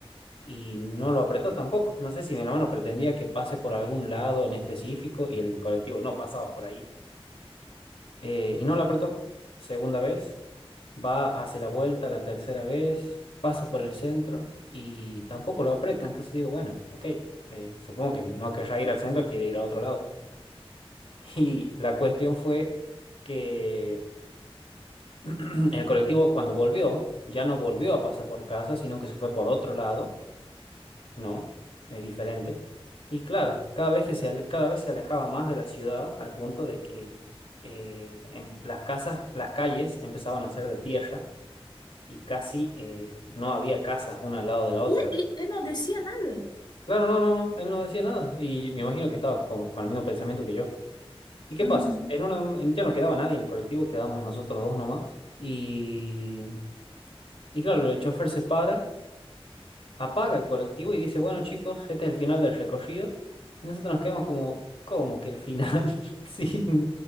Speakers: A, on the left (about 70°); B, on the left (about 50°).
A: y no lo apretó tampoco. No sé si mi hermano pretendía que pase por algún lado en específico y el colectivo no pasaba por ahí eh, y no lo apretó. Segunda vez, va, hace la vuelta la tercera vez, pasa por el centro y tampoco lo aprieta. Entonces digo, bueno, ok, eh, supongo que no querrá ir al centro, quiere ir a otro lado. Y la cuestión fue que <clears throat> el colectivo cuando volvió, ya no volvió a pasar por casa, sino que se fue por otro lado, ¿no? Es diferente. Y claro, cada vez que se, ale- cada vez se alejaba más de la ciudad al punto de que eh, em- las casas, las calles empezaban a ser de tierra y casi eh, no había casas una al lado de la otra.
B: Y él, y él no decía nada.
A: Claro, no, no, no, él no decía nada. Y me imagino que estaba como con el mismo pensamiento que yo. ¿Y qué
B: Ujú,
A: pasa? En una, en- ya no quedaba nadie en el colectivo, quedábamos nosotros dos nomás. Y, y claro, el chofer se para, apaga el colectivo y dice, bueno chicos, este es el final del recorrido. Y nosotros nos quedamos como, ¿cómo que el final? <laughs> Sí,